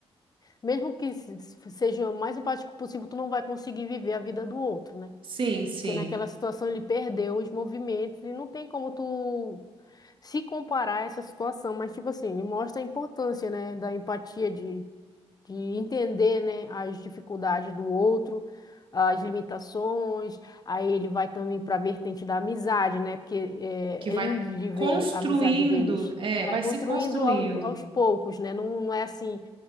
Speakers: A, on the left; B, on the right.
A: mesmo que se- se- seja o mais empático possível, tu não vai conseguir viver a vida do outro, né?
B: Sim, sim,
A: Porque naquela situação ele perdeu os movimentos e não tem como tu se comparar a essa situação, mas tipo assim, ele mostra a importância, né, da empatia de, de entender, né, as dificuldades do outro, as limitações. Aí ele vai também para a vertente da amizade, né, porque é,
B: que vai
A: é lindo de ver
B: construindo,
A: a amizade deles.
B: é,
A: Vai
B: vai
A: construindo
B: se construindo.
A: aos, aos poucos, né? Não, não é assim.